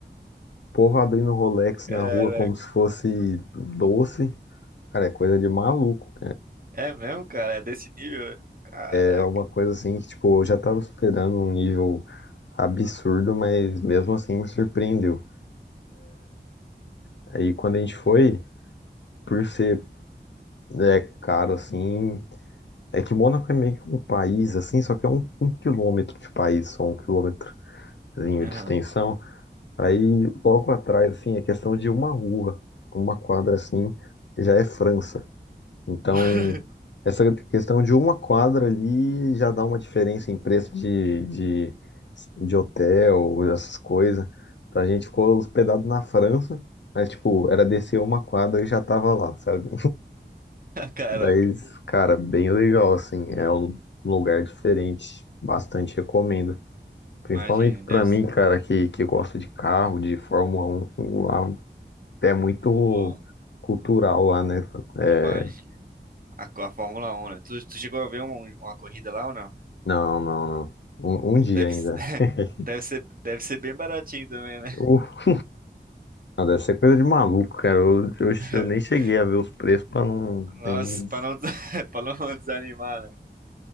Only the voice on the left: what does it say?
Povo abrindo Rolex
na rua como se fosse doce. Cara, é coisa de maluco.
É uma coisa assim que, tipo, eu já tava esperando um nível absurdo, mas mesmo assim me surpreendeu. Aí quando a gente foi, por ser é, caro assim, é que Mônaco é meio que um país assim, só que é um, um quilômetro de país, só um quilômetrozinho
de extensão. Aí logo atrás, assim, é questão de uma rua, uma quadra assim, já é França. Então,
essa questão de uma quadra ali já dá uma diferença em preço de, de, de hotel, essas coisas. Então, a gente ficou hospedado na França, mas, tipo, era descer uma quadra e já tava lá, sabe?
Mas, cara, bem legal, assim. É um lugar diferente. Bastante recomendo. Principalmente
pra
mim,
cara, que, que gosta de carro, de Fórmula 1. Lá é muito
cultural lá, né? É,
Não, não, não. Um, um dia
ainda.
<laughs>
O- Não, deve ser coisa de maluco, cara. Eu, eu,
eu nem cheguei a ver os preços pra não
nem dizer,